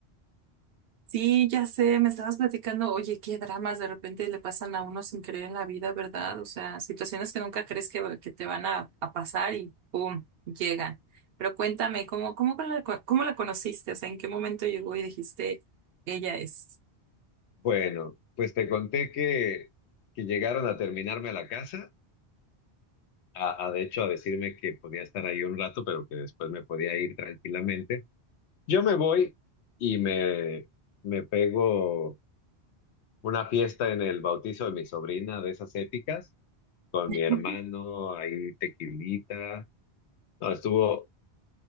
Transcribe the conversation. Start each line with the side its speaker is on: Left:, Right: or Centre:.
Right: Sí, ya sé, me estabas platicando, oye, qué dramas de repente le pasan a uno sin creer en la vida, ¿verdad? O sea, situaciones que nunca crees que, que te van a, a pasar y ¡pum! llegan. Pero cuéntame, ¿cómo, cómo, la, cómo la conociste? O sea, ¿en qué momento llegó y dijiste, ella es?
Left: Bueno, pues te conté que, que llegaron a terminarme a la casa, a, a de hecho a decirme que podía estar ahí un rato, pero que después me podía ir tranquilamente. Yo me voy y me, me pego una fiesta en el bautizo de mi sobrina, de esas épicas, con
Right: Ujú,
Left: mi hermano, ahí tequilita. No, estuvo